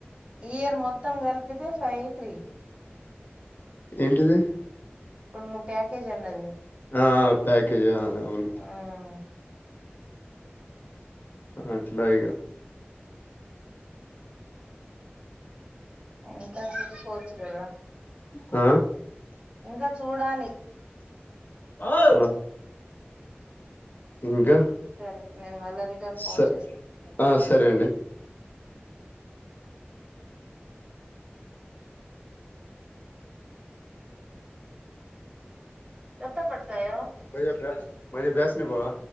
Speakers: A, on the right (about 25°); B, on the left (about 50°).
A: ఇయర్ మొత్తం కలిపితే ఫైవ్ త్రీ
B: ఏంటిది
A: ఇప్పుడు నువ్వు ప్యాకేజ్ అన్నది
B: ఆ ఆ ప్యాకేజ్ ఆ అవును
A: ఉమ్
B: అట్ల ఇగ
A: ఇంకా చూసుకోవచ్చు కదా
B: ఆ
A: ఇంకా చూడాలి
B: అహ ఇంకా
A: సరే నేను మళ్ళా రిటర్న్ ఫోన్
B: స
A: చేస్తా
B: ఆ సరే అండి
A: ఎత్త పట్కాయో
B: మ బ మ బ్యాస్ట్ మీ బావా